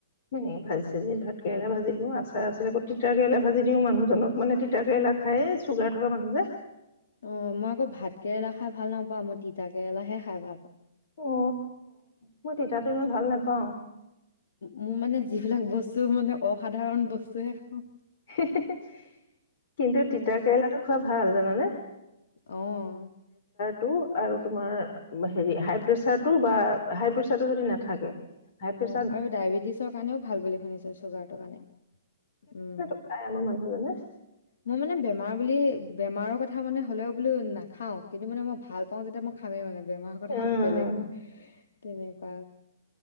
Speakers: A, on the left; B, on the left.
A: হে ভাত কেৰেলা ভাজিলো আচাৰ আছিল আকৌ তিতা কেৰেলা ভাজি দিও মানুহজনক মানে তিতা কেৰেলা খায়েই চুগাৰ থকা মানুহ যে
B: অ মই আকৌ ভাত কেৰেলা খাই ভাল নাপাওঁ মই তিতাকে কেৰেলাাহে খাই ভাল পাওঁ
A: অ মই তিতাটো ইমান ভাল নেপাওঁ
B: মোৰ মানে যিবিলাক বস্তু মানে অসাধাৰণ বস্তুৱে খাওঁ
A: হে-হে-হে, কিন্তু
B: উম,
A: তিতা কেৰেলাটো খোৱা ভাল জানানে
B: অ'।
A: টো আৰু তোমাৰ হেৰি হাই প্ৰেচাৰটো বা হাই প্ৰেছাৰটো যদি নাথাকে হাই প্ৰেচাৰ
B: অ আৰু ডায়েবেটিছৰ কাৰণেও ভাল বুলি শুনিছো চুগাৰটোৰ কাৰণে উম
A: তাই আমাৰ মানুহজনে
B: মই মানে বেমাৰ বুলি বেমাৰৰ কথা মানে হ'লেও বোলো নাখাওঁ কিন্তু মানে মই ভাল পাওঁ যেতিয়া মই খামেই মানে বেমাৰ কথা
A: উম
B: বেলেগ তেনেকুৱা